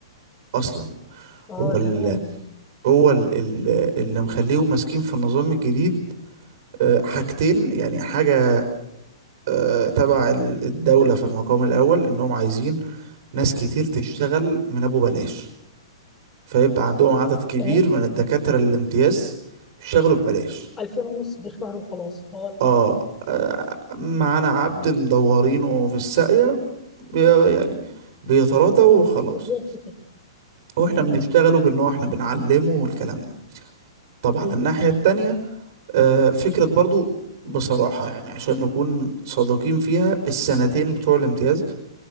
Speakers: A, on the right; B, on the left.
A: اصلا
B: اه
A: هو ال
B: تمام
A: هو ال ال اللي مخليهم ماسكين في النظام الجديد آه، حاجتين يعني حاجة آه، تبع ال- الدولة في المقام الأول إنهم عايزين ناس كتير تشتغل من أبو بلاش فيبقى عندهم عدد كبير
B: تمام
A: من الدكاترة الامتياز يشتغلوا ببلاش
B: 2000 ونص في الشهر وخلاص اه تمام
A: اه آه، معانا عبد مدورينه في الساقية بي يعني بيتراضى وخلاص
B: بالظبط كده
A: واحنا
B: امم
A: بنشتغله بان هو احنا بنعلمه والكلام ده طب على الناحية التانية آه، فكرة برضو بصراحة يعني عشان نكون صادقين فيها السنتين بتوع الامتياز